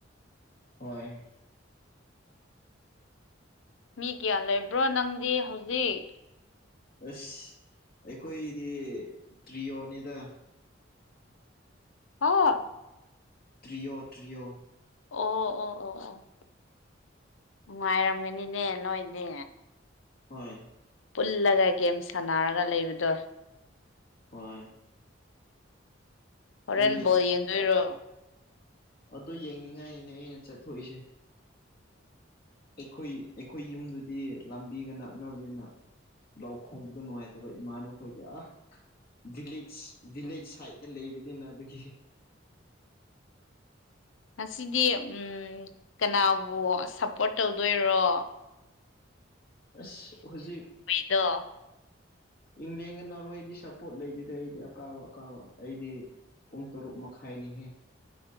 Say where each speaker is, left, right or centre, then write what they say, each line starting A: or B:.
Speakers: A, on the left; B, on the left.
A: ꯍꯣꯏ
B: ꯃꯤ ꯀꯌꯥ ꯂꯩꯕ꯭ꯔꯣ ꯅꯪꯗꯤ ꯍꯧꯖꯤꯛ
A: ꯑꯁ ꯑꯩꯈꯣꯏꯗꯤ ꯇ꯭ꯔꯤꯌꯣꯅꯤꯗ
B: ꯍ
A: ꯇ꯭ꯔꯤꯌꯣ ꯇ꯭ꯔꯤꯌꯣ
B: ꯑꯣ ꯑꯣ ꯑꯣ ꯑꯣ ꯅꯨꯡꯉꯥꯏꯔꯝꯒꯅꯤꯅꯦ ꯅꯣꯏꯗꯤ
A: ꯍꯣꯏ
B: ꯄꯨꯜꯂꯒ ꯒꯦꯝ ꯁꯥꯟꯅꯔꯒ ꯂꯩꯕꯗꯣ
A: ꯍꯣꯏ
B: ꯍꯣꯔꯦꯟ
A: ꯃꯤ
B: ꯕꯣꯜ ꯌꯦꯡꯗꯣꯏꯔꯣ
A: ꯑꯗꯨ ꯌꯦꯡꯅꯤꯡꯉꯥꯏꯅꯤꯅꯦ ꯑꯩꯅ ꯆꯠꯊꯣꯛꯏꯁꯦ ꯑꯩꯈꯣꯏ ꯑꯩꯈꯣꯏ ꯌꯨꯝꯗꯨꯗꯤ ꯂꯝꯕꯤꯒ ꯅꯛꯅꯕꯅꯤꯅ ꯂꯥꯎ ꯈꯣꯡꯕꯗꯣ ꯅꯨꯡꯉꯥꯏ ꯑꯗꯨꯒ ꯏꯃꯥꯟꯅꯕꯈꯣꯏꯗꯤ ꯑ ꯚꯤꯂꯦꯖ ꯚꯤꯂꯦꯖ ꯁꯥꯏꯗꯠꯇ ꯂꯩꯕꯅꯤꯅ ꯑꯗꯨꯒꯤ
B: ꯉꯁꯤꯗꯤ ꯎꯝ ꯀꯅꯥꯕꯨ ꯁꯞ ꯄꯣꯠꯔ ꯇꯧꯗꯣꯏꯔꯣ
A: ꯑꯁ ꯍꯧꯖꯤꯛ
B: ꯗꯣ
A: ꯏꯪꯂꯦꯟꯒ ꯅꯣꯔꯋꯦꯗꯤ ꯁꯞꯄꯣꯔꯠ ꯂꯩꯇꯦꯗ ꯑꯩꯗꯤ ꯑꯀꯥꯕ ꯑꯀꯥꯕ ꯑꯩꯗꯤ ꯄꯨꯡ ꯇꯔꯨꯛ ꯃꯈꯥꯏꯅꯤꯍꯦ